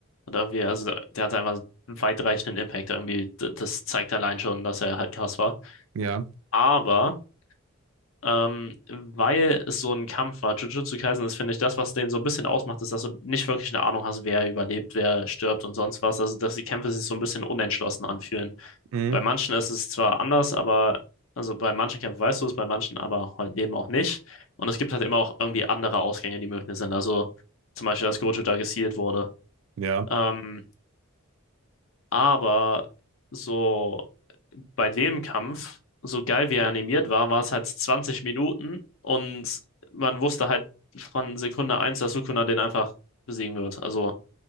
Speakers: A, on the left (about 65°); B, on the right (about 65°).
A: Und irgendwie, also der, der hat einfach einen weitreichenden Impact irgendwie. D- Das zeigt allein schon, dass er halt krass war.
B: Ja,
A: Aber. Ähm, weil es so ein Kampf war. Jujutsu Kaisen ist, finde ich, das, was den so ein bisschen ausmacht, ist, dass du nicht wirklich eine Ahnung hast, wer überlebt, wer stirbt und sonst was. Also, dass die Kämpfe sich so ein bisschen unentschlossen anfühlen.
B: mm,
A: Bei manchen ist es zwar anders, aber, also bei manchen Kämpfen weißt du es, bei manchen aber halt eben auch nicht. Und es gibt halt immer auch irgendwie andere Ausgänge, die möglich sind. Also, zum Beispiel, dass Gojo da gesealt wurde.
B: ja,
A: Ähm, aber so bei dem Kampf, so geil wie er animiert war, war es halt 20 Minuten und man wusste halt von Sekunde eins, dass Sukuna den einfach besiegen wird. Also,